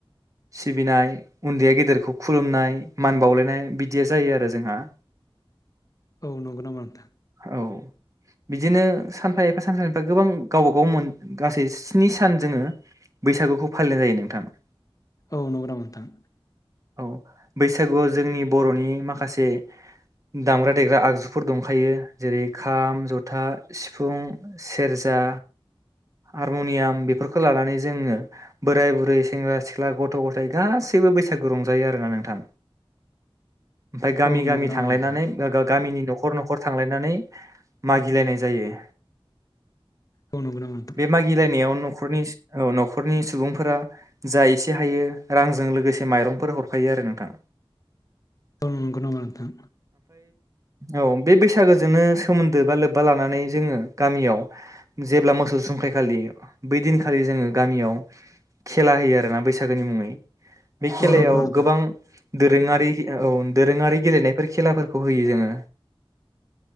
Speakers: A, on the right; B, on the left.
A: सिबिनाय उन्दैया गेदेरखौ खुलुमनाय मान बावलायनाय बिदिया जायो आरो जोंहा।
B: औ नंगौ नामा नोंथां
A: औ बिदिनो सानफा एफा सानफा एफा गोबां गावबा गाव मोन गासै स्नि सान जोङो बैसागुखौ फालिनाय जायो नोंथाङा
B: औ नंगौ नामा नोंथां?
A: औ बैसागुआव जोंनि बर'नि माखासे दामग्रा देग्रा आगजुफोर दंखायो। जेरै खाम जथा सिफुं सेरजा हारमुनियाम बेफोरखौ लानानै जोङो बोराय बुरै सेंग्रा सिख्ला गथ' गथायाइ गासैबो बैसागु रंजायो आरोना नोंथां ओमफाय गामि
B: औ
A: गामि
B: नंगौ नामा
A: थांलायनानै
B: नोंथां
A: गामिनि न'खर न'खर थांलायनानै मागिलायनाय जायो।
B: औ नंगौ नामा नोंथां
A: बे मागिलायनायाव नखरनि औ न'खरनि सुबुंफोरा जा एसे हायो रांजों लोगोसे माइरंफोर हरखायो आरो नोंथाङा
B: औ नंगौ नामा नोंथां
A: औ बे बैसागोजोंनो सोमोन्दो बा लोब्बा लानानै जोङो गामियाव जेब्ला मोसौ। अनसुंथाइ खालि बै दिनखालि जोङो गामियाव खेला होयो। जोङा बैसागोनि मुङै बे खेलायाव
B: औ नंगौ नामा नोंथां
A: गोबां दोरोङारि औ दोरोङारि गेलेनाय बेफोर खेलाफोरखौ होयो जोङो।